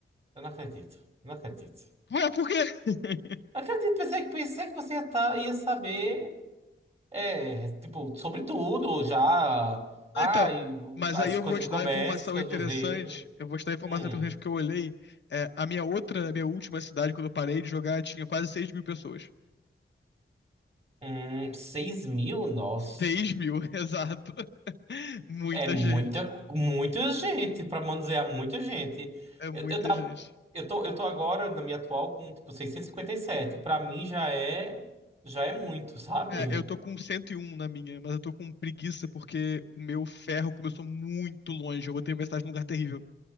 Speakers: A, on the right (about 30°); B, on the left (about 60°).
A: Eu não acredito, não acredito.
B: Ué, por quê? <laughs>
A: Não acredito, pensei, que- pensei que você ia, tá, ia saber. É, tipo, sobretudo já. Ai,
B: Não, Então, mas
A: as
B: aí eu
A: coisas
B: vou te
A: de comércio,
B: dar uma informação
A: as coisas
B: interessante.
A: dos reinos.
B: Eu vou te dar a informação
A: Hum,
B: interessante porque eu olhei. é, a minha outra, a minha última cidade, quando eu parei de jogar, tinha quase seis mil pessoas.
A: hum, 6 mil? Nossa.
B: seis mil, <laughs> exato. <laughs> Muita
A: É muita,
B: gente.
A: muita gente, pra manusear muita gente.
B: É muita
A: Eu, eu tava.
B: gente.
A: Eu tô, eu tô agora, na minha atual, com, tipo, seiscentos e cinquenta e sete Pra mim já é. Já é muito, sabe?
B: É, eu tô com 101 na minha, mas eu tô com preguiça porque o meu ferro começou muito longe. Eu botei metade num lugar terrível.